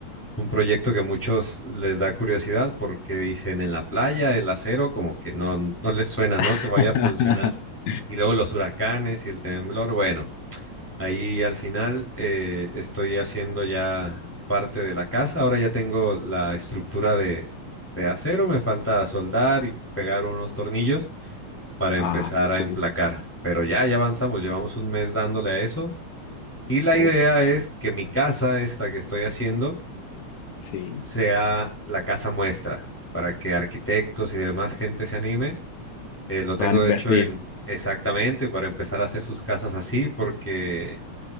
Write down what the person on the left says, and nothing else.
<laughs>
Ah,
súper,
súper,
sí.
Van a invertir.